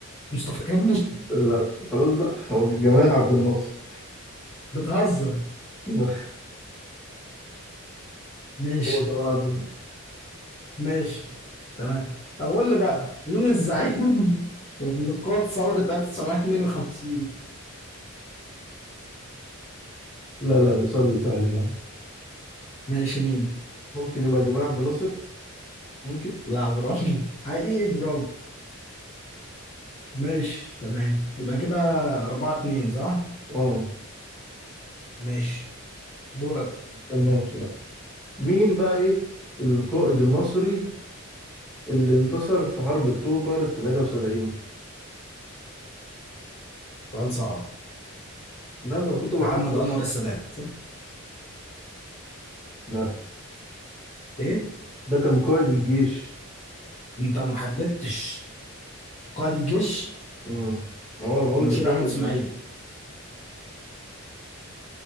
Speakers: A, on the left; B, in the centre.
A: مصطفى كامل
B: لا خلاص بقى هو جمال عبد الناصر
A: بتهزر
B: <laughs> لا
A: ماشي
B: هو جمال عبد الناصر
A: ماشي تمام طب قول لي بقى مين الزعيم <laughs> اللي قاد ثورة 1952
B: لا لا ده سؤال سهل ده
A: ماشي مين؟
B: ممكن يبقى جمال عبد الناصر ممكن
A: لا ابراهيم حقيقي برافو ماشي تمام يبقى كده 4 2 صح؟
B: اه
A: ماشي دورك
B: ده ماشي بقى مين بقى ايه القائد المصري اللي انتصر في حرب أكتوبر 73
A: سؤال صعب
B: لا ده المفروض تبقى
A: محمد
B: عارفه
A: انور السادات
B: لا
A: ايه؟
B: ده كان قائد الجيش
A: انت ما حددتش قائد الجيش
B: امم ما هو أنا بقول
A: المشير
B: لك القائد
A: احمد اسماعيل
B: المصري